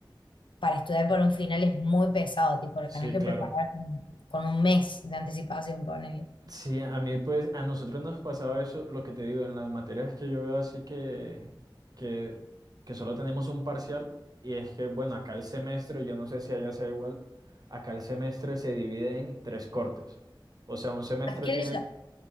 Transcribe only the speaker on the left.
para estudiar por un final es muy pesado, tipo, lo
tenés que
preparar con con un mes de anticipación, ponele.
¿A qué
le, ll-